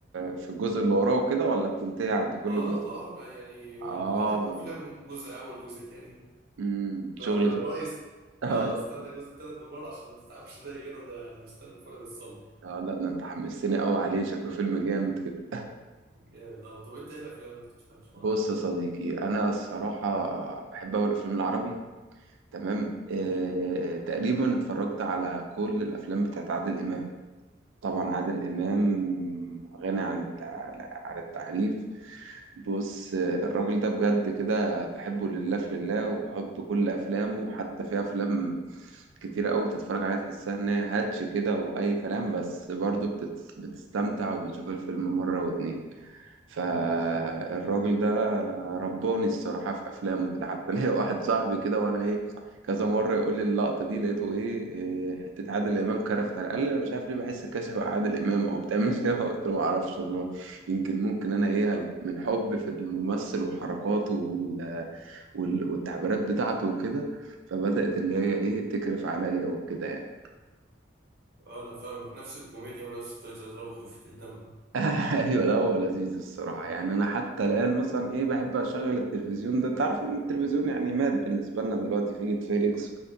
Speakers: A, on the right; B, on the right.
A: في الجزء اللي وراه وكده ولا بتنتهي عند كل
B: اه
A: جزء
B: اه يعني
A: اه
B: ايوه افلامهم جزء اول جزء تاني
A: امم
B: فانا
A: شغل
B: رأيي
A: ش-
B: است-
A: <laughs>
B: اه استنى الجزء التالت بالمره عشان ما تتعبش زي كده ده انا مستني اتفرج الصبر
A: اه لا ده انت حمستني قوي عليه شكله فيلم جامد كده
B: جامد اه طب انت ايه الافلام اللي كنت بتحب تتفرج
A: بص
B: عليها؟
A: يا صديقي انا الصراحة بحب اوي الافلام العربي تمام آه تقريبا اتفرجت على كل الافلام بتاعت عادل امام طبعا عادل إمام غني عن التع- عن التعريف بص الراجل ده بجد كده بحبه لله في لله وبحب كل أفلامه حتى في أفلام كتيرة أوي تتفرج عليها تحسها إن هي هاتش كده وأي كلام بس برضه بتت- بتستمتع وبتشوف الفيلم مرة واتنين فالراجل ده رباني الصراحة في أفلامه كده حتى ليا واحد صاحبي كده وأنا إيه كذا مره يقول لي اللقطه دي لقيته ايه إيه، حته عادل امام كرفت على قال لي انا مش عارف ليه بحس كشف على عادل امام او بتعمل ايه <laughs> قلت له ما اعرفش والله يمكن ممكن انا ايه من حب في الممثل وحركاته وال... وال... والتعبيرات بتاعته وكده فبدات اللي هي ايه تكرف عليا وكده يعني
B: اه انا فاهمك نفس الكوميديا ونفس طريقه الهزار وخفه الدم
A: <laughs> ايوه لا هو لذيذ الصراحه يعني انا حتى الان مثلا ايه بحب اشغل التلفزيون ده انت عارف ان التلفزيون يعني مات بالنسبه لنا دلوقتي في نتفليكس